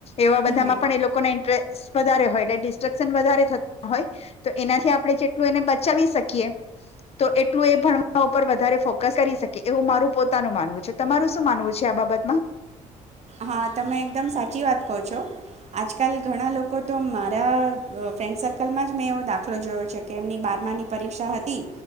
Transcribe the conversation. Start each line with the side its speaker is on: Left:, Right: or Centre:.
Left: એવા
Right: હમ.
Left: બધામાં પણ એ લોકોના ઇન્ટરેસ્ટ વધારે હોય એટલે ડિસ્ટ્રેક્શન વધારે થતા હોય તો એનાથી આપણે જેટલું એને બચાવી શકી શકીએ તો એટલું એ ભણ ઉપર વધારે ફોકસ કરી શકે એવું મારું પોતાનું માનવું છે તમારું શું માનવું છે આ બાબતમાં.
Right: હા તમે એકદમ સાચી વાત કહો છો આજકાલ ઘણા લોકો તો મારા ફ્રેન્ડ સર્કલમાં જ મેં એવો દાખલો જોયો છે કે એમની બારમાની પરીક્ષા હતી